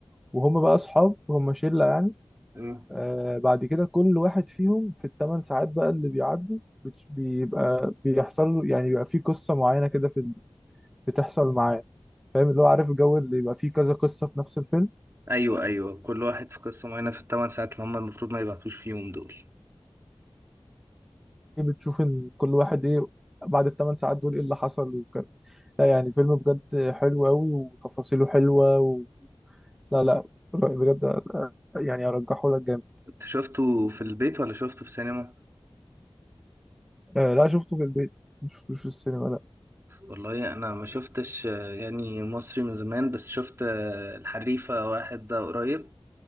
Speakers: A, in the centre; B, on the right.
A: وهم بقى اصحاب هم شله يعني
B: مم.
A: آه بعد كده كل واحد فيهم في الثمان ساعات بقى اللي بيعدوا بتش- بيبقى بيحصل له يعني بيبقى فيه قصه معينه كده في ال- بتحصل معاه فاهم اللي هو عارف الجو اللي يبقى فيه كذا قصه في نفس الفيلم
B: ايوه ايوه كل واحد في قصه معينه في الثمان ساعات اللي هم المفروض ما يبعتوش فيهم دول
A: إيه بتشوف ان كل واحد ايه بعد الثمان ساعات دول ايه اللي حصل وكده لا يعني فيلم بجد حلو قوي وتفاصيله حلوه لا لا بجد آه، يعني ارجحه لك جامد
B: انت شفته في البيت ولا شفته في سينما
A: آه لا شفته في البيت ما شفتوش في السينما لا
B: والله انا ما شفتش آه، يعني مصري من زمان بس شفت آه، الحريفة واحد ده قريب